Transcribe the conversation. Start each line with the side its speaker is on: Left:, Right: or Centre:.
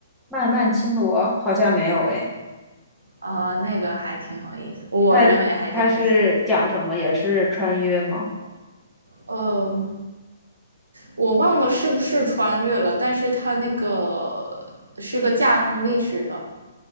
Centre: 漫漫青罗好像没有诶，
Right: 啊？那个还挺有意思，我认为还挺有意思。
Centre: 它它是讲什么？也是穿越吗？
Right: 呃，我忘了是不是穿越了，但是它那个是个架空历史的，